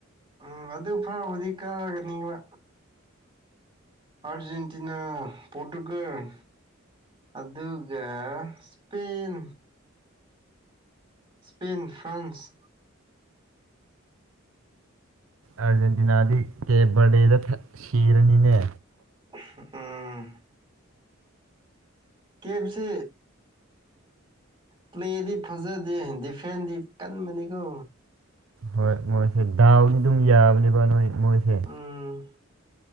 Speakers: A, on the right; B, on the right.
A: ꯎꯝ ꯑꯗꯨ ꯐꯥꯎꯕꯗꯤ ꯀꯥꯒꯅꯤꯕ ꯑꯔꯖꯦꯟꯇꯤꯅꯥ ꯄꯣꯔꯇꯨꯒꯜ ꯑꯗꯨꯒ ꯁꯄꯦꯟꯟ ꯏꯁꯄꯦꯟ ꯐ꯭ꯔꯥꯟꯁ
B: ꯑꯥꯔꯖꯦꯟꯇꯤꯅꯥꯗꯤ ꯀꯦꯕꯔꯗꯦꯗ ꯁꯤꯔꯅꯤꯅꯦ
A: ꯎꯝ ꯀꯦꯞꯁꯤ ꯄ꯭ꯂꯦꯗꯤ ꯐꯖꯗꯦ ꯗꯤꯐꯦꯟꯗꯤ ꯀꯟꯕꯅꯤꯀꯣ
B: ꯍꯣꯏ ꯃꯣꯏꯁꯦ ꯗꯥꯎꯗꯤ ꯑꯗꯨꯝ ꯌꯥꯕꯅꯦꯕ ꯅꯣꯏ ꯃꯣꯏꯁꯦ
A: ꯎꯝ